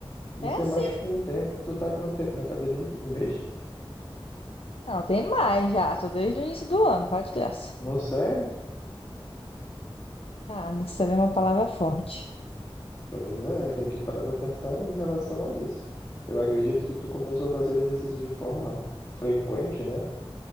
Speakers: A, on the left; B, on the left.
A: Isso
B: É assim.
A: é mais com o tempo. Tu tá há quanto tempo na academia? Um mês?
B: Não, tem mais já. Tô desde o início do ano, pode de graça.
A: Não, sério?
B: Ah, não sei, é uma palavra forte.
A: Pois é, tem que parar pra pensar em relação a isso. Eu acredito que tu começou a fazer o exercício de forma frequente, né?